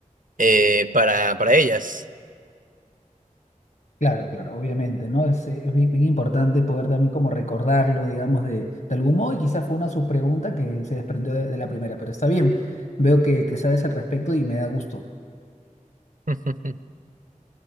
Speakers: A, on the right; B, on the left.
A: eh, para, para ellas.
B: Claro, claro, obviamente, ¿no? Es, eh, es bien, bien importante poder también como recordarlo, digamos, de, de algún modo, y quizás fue una subpregunta que se desprendió de, de la primera, pero está bien, veo que, que sabes al respecto y me da gusto.
A: <laughs>